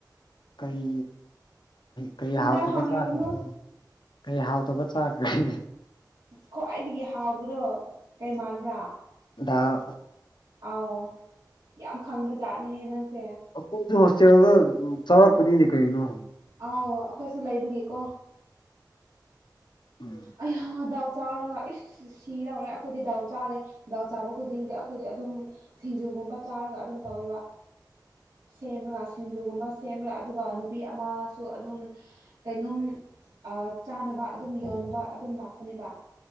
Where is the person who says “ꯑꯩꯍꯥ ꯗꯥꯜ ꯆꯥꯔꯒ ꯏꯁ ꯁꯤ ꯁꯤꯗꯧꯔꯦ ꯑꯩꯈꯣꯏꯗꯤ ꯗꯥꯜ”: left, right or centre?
Right